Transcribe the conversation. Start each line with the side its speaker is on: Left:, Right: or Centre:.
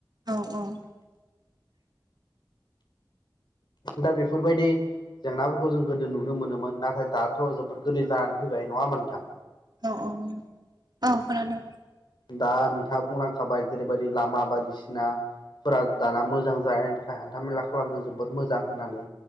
Right: औ औ।
Left: दा बेफोरबायदि जेंनाफोरखौ जों गोदो नुनो मोनोमोन नाथाय दाथ' जोबोद गोरलै जानानै फैबाय नङा होमबा नोथां?
Right: औ औ औ खोनादों।
Left: दा नोंथाङा बुंलांखाबाय जेरैबायदि लामा बायदिसिना लामाफोरा दाना मोजां जानायनि थाखाय हान्थामेला खालामनो जोबोद मोज मोजां होननानै